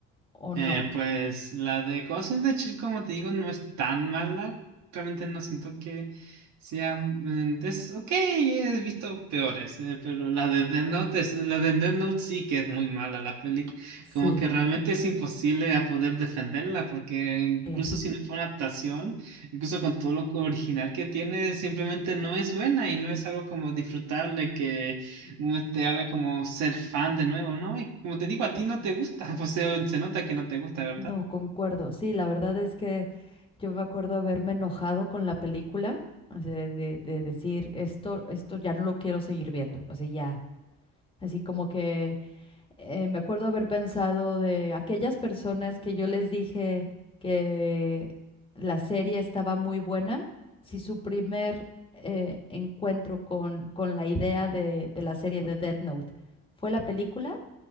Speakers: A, on the left; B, on the right.
A: ¿o
B: Eh,
A: no?
B: pues la de Ghost in the Shell, como te digo, no es tan mala. Realmente no siento que sea. mm, Es ok, he visto peores, eh, pero la de Death Note, es- la de Death Note sí que es muy mala la peli. Como
A: Sí,
B: que realmente es imposible a poder defenderla, porque incluso
A: claro.
B: si no fue una adaptación, incluso con todo lo co- original que tiene, simplemente no es buena y no es algo como disfrutable que no te haga como ser fan de nuevo, ¿no? Y como te digo, a
A: Sí.
B: ti no te gusta, <laughs> pues se, se nota que no te gusta, ¿verdad?
A: No, concuerdo. Sí, la verdad es que yo me acuerdo haberme enojado con la película, o sea, de, de decir, esto, esto ya no lo quiero seguir viendo, o sea, ya. Así como que eh, me acuerdo haber pensado de aquellas personas que yo les dije que la serie estaba muy buena, si su primer eh, encuentro con, con la idea de, de la serie de Death Note fue la película,